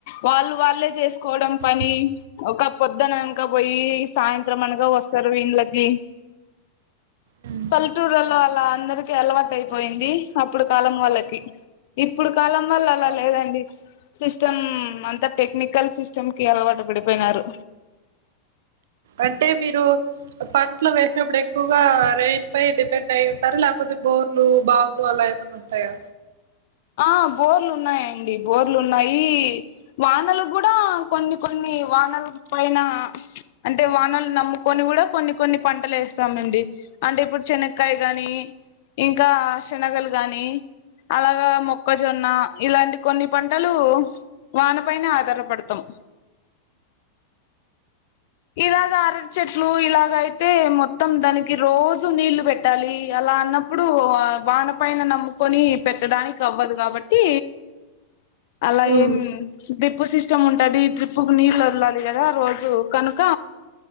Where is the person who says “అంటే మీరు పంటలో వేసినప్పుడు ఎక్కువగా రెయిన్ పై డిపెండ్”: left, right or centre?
Right